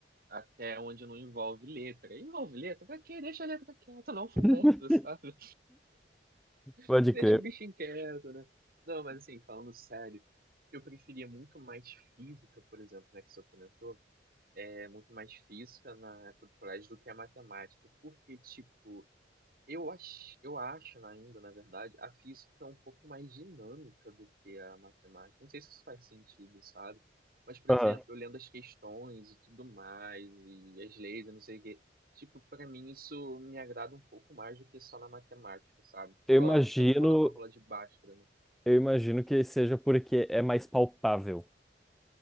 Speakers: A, on the right; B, in the centre.
A: até onde não envolve letra. Envolve letra? Pra quê? Deixa a letra quieta não alfabeto,
B: <laughs>
A: sabe? <laughs>
B: Pode
A: Deixa
B: crer.
A: o bicho quieto, né? Não, mas assim, falando sério, eu preferia muito mais física, por exemplo, né, que você comentou, é muito mais física na época do colégio do que a matemática, porque, tipo, eu acho, eu acho na- ainda, na verdade, a física é um pouco mais dinâmica do que a matemática. Não sei se isso faz sentido, sabe? Mas, por
B: Aham.
A: exemplo, eu lendo as questões e tudo mais, e as leis, eu não sei o quê. Tipo, pra mim isso me agrada um pouco mais do que só na matemática, sabe?
B: Eu
A: Pô,
B: imagino,
A: todo mundo fala da fórmula de Bhaskara, né?
B: eu imagino que seja porque é mais palpável.